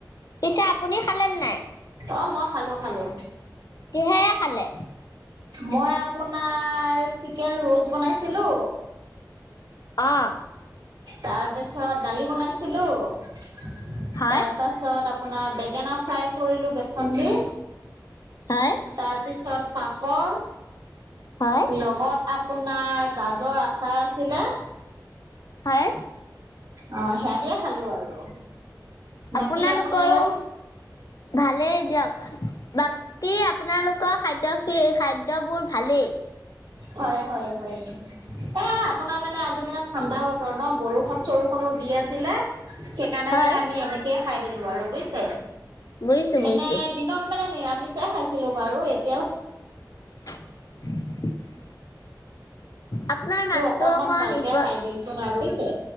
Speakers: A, on the left (about 55°); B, on the right (about 65°).
A: পিছে আপুনি খালেনে নাই?
B: অ', মই খালো, খালো।
A: কিহেৰে খালে?
B: মই আপোনাৰ চিকেন ৰ'ষ্ট বনাইছিলোঁ
A: অহ।
B: তাৰ পিছত দালি বনাইছিলো, তাৰ
A: হয়
B: তাৰ পাছত আপোনাৰ বেঙেনা ফ্ৰাই কৰিলোঁ বেচন দি,
A: হয়
B: তাৰ তাৰপিছত পাপৰ,
A: হয়
B: লগত আপোনাৰ গাজৰ আচাৰ আছিলে।
A: হয়।
B: অ', সেয়া দিয়ে খালো আৰু,
A: আপোনালোকৰো
B: বাকী আপোনালো
A: ভালেই দিয়ক। বাকী আপোনালোকৰ খাদ্য, সেই খাদ্যবোৰ ভালেই।
B: হয়, হয়, হয়, এ আপোনাৰ মানে আজিৰ দিনত ঠাণ্ডা বতৰ নহ, বৰষুণ চৰষুণো দি আছিলে। সেইকাৰণে
A: হয়
B: মানে আমি এনেকে খাই দিলো আৰু বুজিছে,
A: বুজিছো বুজিছো
B: মানে দিনত মানে নিৰামিষে খাইছিলো বাৰু, এতিয়াও
A: <inaudible> আপোনাৰ মাতটো
B: অকমান
A: অকণ
B: ভালকে
A: ইপ
B: খাই দিওচোন আৰু বুজিছে,